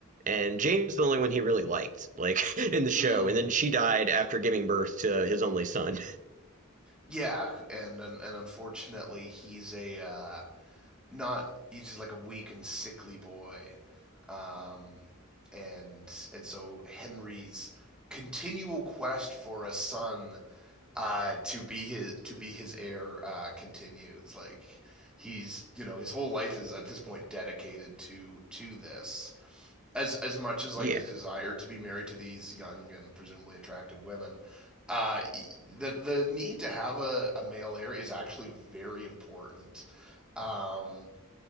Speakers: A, on the right (about 35°); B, in the centre.
A: and Jane was the only one he really liked, like <laughs> in the show.
B: mm,
A: And then she died after giving birth to his only son.
B: yeah, and and unfortunately, he's a uh, not. He's just like a weak and sickly boy. um, and and so Henry's continual quest for a son uh, to be his to be his heir uh, continues. Like he's you know his whole life is at this point dedicated to to this as as much as like
A: <laughs> yeah.
B: his desire to be married to these young and presumably attractive women. Uh, e, the the need to have a, a male heir is actually very important. Um,